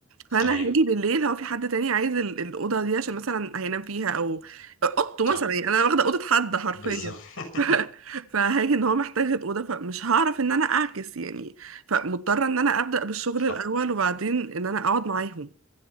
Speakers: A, on the right; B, on the left.
A: فانا
B: ايوه
A: هاجي بالليل هو في حد تاني عايز ال- الاوضه دي عشان مثلا هينام فيها او اوضته
B: صح
A: مثلا يعني انا واخده اوضه حد حرفيا
B: بالظبط <laughs>
A: <laughs> ف- فهاجي ان هو محتاج الاوضه فمش هعرف ان انا اعكس يعني فمضطره ان انا ابدا بالشغل
B: صح
A: الاول وبعدين ان انا اقعد معاهم